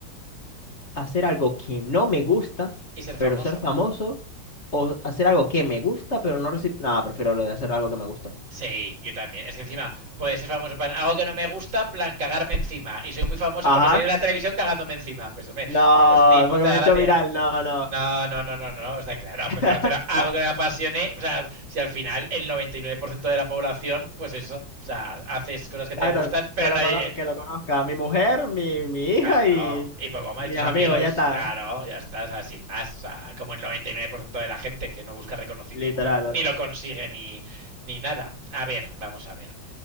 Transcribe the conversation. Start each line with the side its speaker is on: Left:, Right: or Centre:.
Left: Hacer algo que no me gusta,
Right: ¿Y ser famoso?
Left: pero ser famoso, o hacer algo que me gusta, pero no recibir... No, prefiero lo de hacer algo que me gusta.
Right: Sí, yo también. Es que encima, puede ser famoso para algo que no me gusta, plan cagarme encima. Y soy muy famoso
Left: Ajá.
Right: porque salí de la televisión cagándome encima. Pues hombre,
Left: No,
Right: pues ni puta
Left: porque me
Right: gracia.
Left: he hecho viral, no, no.
Right: No, no, no, no, no. no. o sea claro,
Left: <laughs>
Right: prefiero hacer algo que me apasione. O sea, si al final el 99% de la población, pues eso. O sea, haces cosas que te
Left: Exacto,
Right: gustan, pero
Left: que
Right: nadie,
Left: lo cono- que lo conozca mi mujer, mi, mi hija
Right: Claro,
Left: y
Right: y poco más,
Left: mis
Right: y tus
Left: amigos,
Right: amigos,
Left: ya está.
Right: claro, ya estás, sin más, o sea, como el 99% de la gente que no busca reconocimiento
Left: Literal,
Right: ni lo consigue ni, ni nada. A ver, vamos a ver.